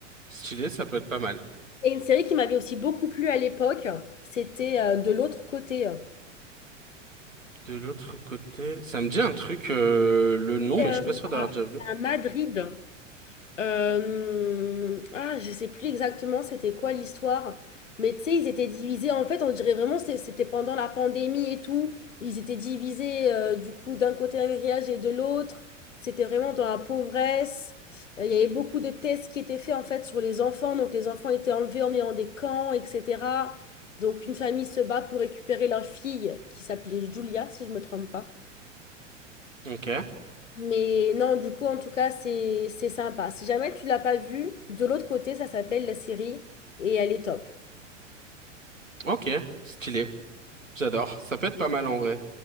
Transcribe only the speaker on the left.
Et une série qui m'avait aussi beaucoup plu à l'époque, c'était euh, De l'autre côté.
Et,
euh,
à,
à Madrid. Euh, ah, je sais plus exactement c'était quoi l'histoire, mais tu sais, ils étaient divisés. En fait, on dirait vraiment c'était c'était pendant la pandémie et tout. Ils étaient divisés euh, du coup d'un côté un grillage et de l'autre. C'était vraiment dans la pauvresse. Euh, Il y avait beaucoup de tests qui étaient faits en fait sur les enfants. Donc les enfants étaient enlevés, emmenés dans des camps, etc. Donc une famille se bat pour récupérer leur fille qui s'appelait Julia, si je me trompe pas.
Mais non, du coup, en tout cas, c'est c'est sympa. Si jamais tu l'as pas vu, de l'autre côté, ça s'appelle la série et elle est top.